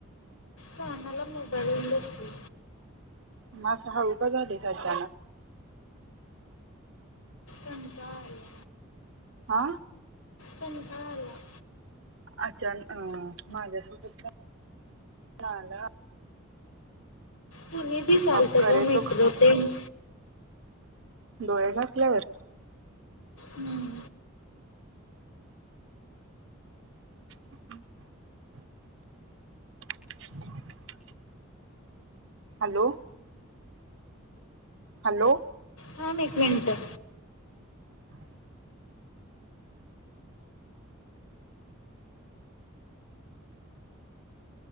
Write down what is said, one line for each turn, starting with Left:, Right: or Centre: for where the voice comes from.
Left: कानाला मोबाईल बसलोय.
Right: म आसं हळू का झालीस अचानक?
Left: कंटाळ आलाय.
Right: हा.
Left: कंटाळ आलाय.
Right: अचान अं माझ्यासोबत <unintelligible> आला.
Left: कुणी दिसालत
Right: अब करे
Left: ग मित्र
Right: तो
Left: तेन?
Right: डोळे झाकल्यावर?
Left: हम्म.
Right: <unintelligible> <inaudible> हॅलो. हॅलो.
Left: थाम एक मिनिट.
Right: <inaudible>